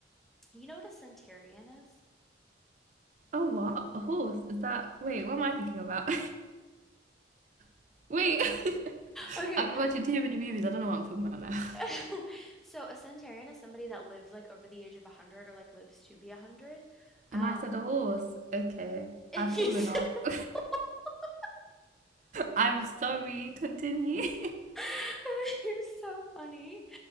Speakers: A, in the centre; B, on the right (about 40°).
A: you know what a centurion is?
B: Oh, what? A horse? Is that? Wait, what am I thinking about? <laughs> Wait. <laughs>
A: Okay.
B: I've been watching too many movies. I don't know what I'm talking about now.
A: <laughs> So a centurion is somebody that lives like over the age of 100 or like lives to be 100.
B: And
A: Um,
B: I said, a horse. Okay,
A: and
B: I've
A: you
B: fallen
A: <laughs> said
B: off. <laughs>
A: <laughs>
B: I'm sorry, continue.
A: <laughs> You're so funny.